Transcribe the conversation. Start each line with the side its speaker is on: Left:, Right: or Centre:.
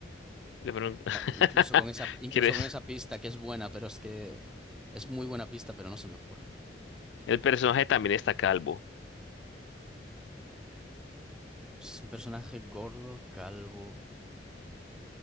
Left: De pronto.
Centre: No,
Left: <laughs>
Centre: incluso con esa, incluso
Left: ¿Quieres?
Centre: con esa pista que es buena, pero es que uf, es muy buena pista, pero no se me ocurre.
Left: El personaje también está calvo.
Centre: Es un personaje gordo, calvo.